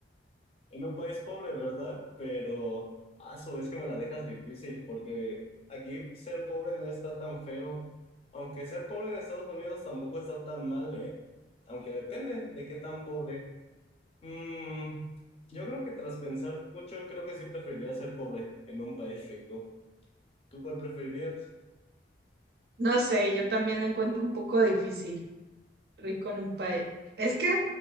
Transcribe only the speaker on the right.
No sé, yo también la encuentro un poco difícil, rico en un país. Es que